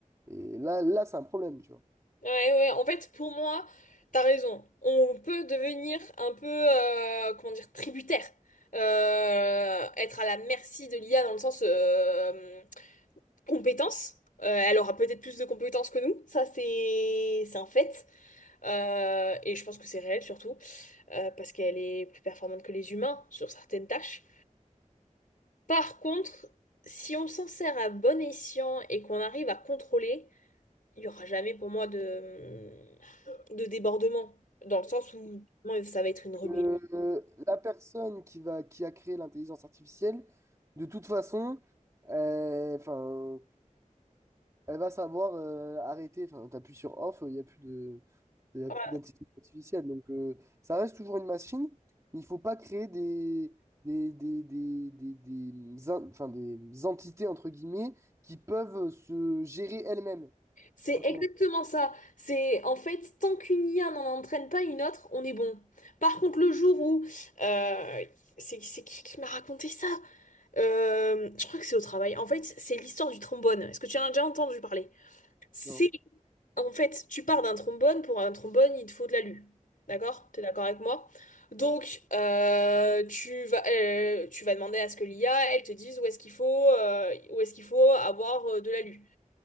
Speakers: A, on the right; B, on the left.
A: Et là, là c'est un problème, tu vois.
B: Ouais, ouais. ouais. En fait, pour moi, t'as raison. On peut devenir un peu, euh, comment dire, tributaire. Euh, être à la merci de l'IA dans le sens euh, compétence. Euh, elle aura peut-être plus de compétences que nous. Ça, c'est c'est un fait. Euh, et je pense que c'est réel surtout. euh, parce qu'elle est plus performante que les humains sur certaines tâches. Par contre, si on s'en sert à bon escient et qu'on arrive à contrôler, il y aura jamais pour moi de, de débordement, dans le sens où vraiment, ça va être une rébellion.
A: Euh, la personne qui va, qui a créé l'intelligence artificielle, de toute façon, euh, enfin, elle va savoir euh, arrêter. Enfin, t'appuies sur off, il n'y a plus de, il y a
B: Voilà.
A: plus d'intelligence artificielle. Donc, euh, ça reste toujours une machine, mais il ne faut pas créer des, des, des, des, des, des in- enfin, des entités, entre guillemets, qui peuvent se gérer elles-mêmes.
B: C'est
A: Je sais pas comment.
B: exactement ça. C'est en fait, tant qu'une IA n'en entraîne pas une autre, on est bon. Par contre, le jour où euh, c'est c'est qui qui m'a raconté ça? Euh, je crois que c'est au travail. En fait, c'est l'histoire du trombone. Est-ce que tu en as déjà entendu parler? C'est
A: Non.
B: En fait, tu pars d'un trombone. Pour un trombone, il te faut de l'alu. D'accord? T'es d'accord avec moi? Donc, euh, tu vas, euh, tu vas demander à ce que l'IA, elle te dise où est-ce qu'il faut, euh, où est-ce qu'il faut avoir euh, de l'alu.